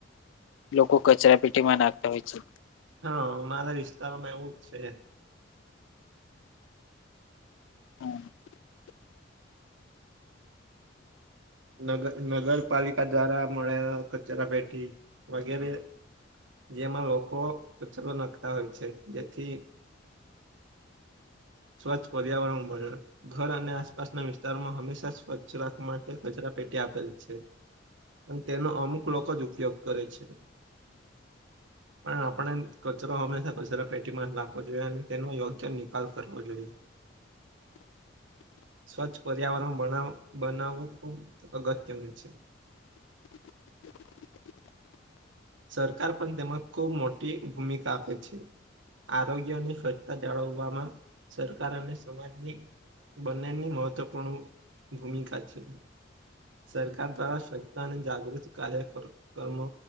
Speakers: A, on the left (about 85°); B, on the right (about 80°).
A: લોકો કચરા પેટીમાં નાખતા હોય છે.
B: હા મારા વિસ્તારમાં એવું જ છે.
A: <inaudible>
B: નગર નગરપાલિકા દ્વારા મળે કચરા પેટી વગેરે જેમાં લોકો ઉચલો નાખતા હોય છે જેથી સ્વચ્છ પર્યાવરણ બ્યા ઘર અને આસપાસના વિસ્તારમાં હંમેશા સ્વચ્છ રાખવા માટે કચરા. પેટી આપેલ છે પણ તેનો અમુક લોકો જ ઉપયોગ કરે છે. પણ આપણે કચરો હંમેશા કચરા પેટીમાં જ રાખવો જોઈએ અને તેનો યોગ્ય નિકાલ કરવ જોઈ
A: <inaudible>
B: સ્વચ્છ પર્યાવરણ બનાવવું ખૂબ અગત્યનું છે.
A: <inaudible>
B: સરકાર પણ તેમાં ખૂબ મોટી ભૂમિકા આપે છે. આરોગ્યની સ્વચ્છતા જાળવવામાં સરકાર અને સમાજની બંનેની મહત્વપૂર્ણ ભૂમિકા છે. સરકાર દ્વારા સ્વચ્છ અને જાગૃતિ કાર્યકમો